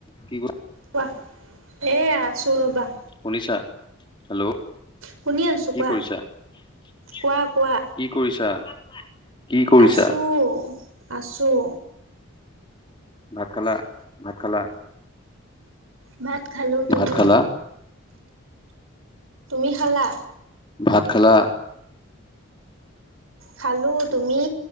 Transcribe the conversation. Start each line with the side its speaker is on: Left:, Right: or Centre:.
Left: কি কৰি
Right: কোৱা এ আছো ৰ'বা
Left: শুনিছা হেল্ল'
Right: শুনি আছো
Left: কি
Right: কোৱা
Left: কৰিছা কি
Right: কোৱা কোৱা
Left: কৰিছা কি কৰিছা
Right: আছোঁ আছোঁ
Left: ভাত খালা ভাত খালা
Right: ভাত খালোঁ তুমি
Left: ভাত খালা
Right: তুমি খালা
Left: ভাত খালা।
Right: খালো তুমি।